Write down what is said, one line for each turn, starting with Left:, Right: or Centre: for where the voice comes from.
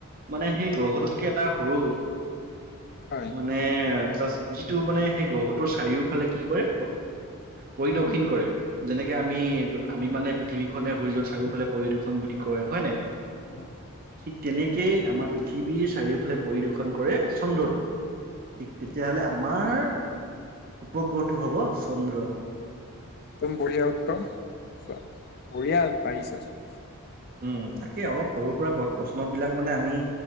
Right: মানে সেই গ্ৰহটোতকে এটা সৰু
Left: হয়
Right: মানে তাত যিটো মানে সেই গ্ৰহটোৰ চাৰিওফালে কি কৰে। পৰিদক্ষিণ
Left: উম
Right: কৰে যেনেকে আমি এইটো আমি মানে পৃথিৱীখনে সূৰ্যৰ চাৰিওফালে পৰিদৰ্শন বুলি কয় হয় নে নাই?
Left: অঁ।
Right: ঠিক তেনেকেই আমাৰ পৃথিৱীৰ চাৰিওফালে পৰিদৰ্শন কৰে চন্দ্ৰটো। ঠিক তেতিয়াহ'লে আমাৰ উপগ্ৰহটো হ'ব চন্দ্ৰ।
Left: একদম বঢ়িয়া উত্তৰ চোৱা বঢ়িয়া পাৰিছাচোন।
Right: উম তাকে অলপ সৰু সুৰা ক প্ৰশ্ন বিলাক মানে আমি